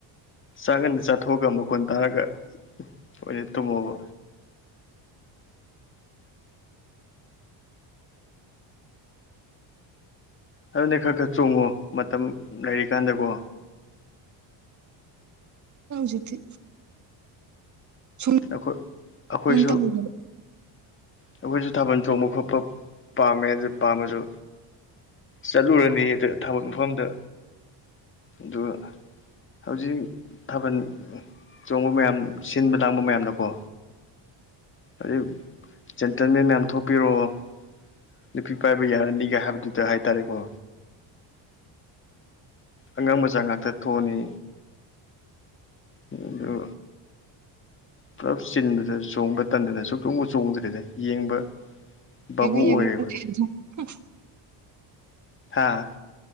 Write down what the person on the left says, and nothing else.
ꯆꯥꯛꯒꯟ ꯆꯥꯊꯣꯛꯑꯒ ꯃꯈꯣꯟ ꯇꯥꯔꯒ ꯑꯣꯢꯅ ꯇꯨꯝꯃꯕꯣ ꯑꯗꯨꯅꯦ ꯈꯔ ꯈꯔ ꯆꯣꯡꯉꯣ ꯃꯇꯝ ꯂꯩꯔꯤꯀꯥꯟꯗꯀꯣ
ꯑꯩꯈꯣꯏ ꯑꯩꯈꯣꯏꯁꯨ
ꯑꯩꯈꯣꯏꯁꯨ ꯊꯥꯕꯜ ꯆꯣꯡꯕ ꯈꯣꯠꯄ ꯄꯥꯝꯃꯦ ꯑꯗꯨ ꯄꯥꯝꯃꯁꯨ ꯆꯠꯂꯨꯔꯅꯤ ꯑꯗꯨ ꯊꯕꯜ ꯃꯐꯝꯗ ꯑꯗꯨꯒ ꯍꯧꯖꯤꯛ ꯊꯥꯕꯜ ꯆꯣꯡꯕ ꯃꯌꯥꯝ ꯁꯤꯟꯕ ꯂꯥꯡꯕ ꯃꯌꯥꯝꯗꯀꯣ ꯑꯗꯩ ꯖꯦꯟꯇꯜꯃꯦꯟ ꯃꯌꯥꯝ ꯊꯣꯛꯄꯤꯔꯛꯑꯣ ꯅꯨꯄꯤ ꯄꯥꯏꯕ ꯌꯥꯔꯅꯤꯒ ꯍꯥꯏꯕꯗꯨꯗ ꯍꯥꯏꯇꯥꯔꯦꯀꯣ ꯑꯉꯥꯡ ꯃꯆꯥ ꯉꯥꯛꯇ ꯊꯣꯛꯑꯅꯤ ꯑꯗꯨ ꯄꯨꯂꯞ ꯆꯤꯟꯕꯗ ꯆꯣꯡꯕ ꯇꯟꯗꯅ ꯁꯨꯆꯣꯡꯕꯨ ꯆꯣꯡꯗ꯭ꯔꯦꯗ ꯌꯦꯡꯕ ꯕꯥꯕꯨ
ꯑꯣꯏꯔꯦ
ꯑꯩꯈꯣꯏꯁꯨ
ꯍꯥꯥ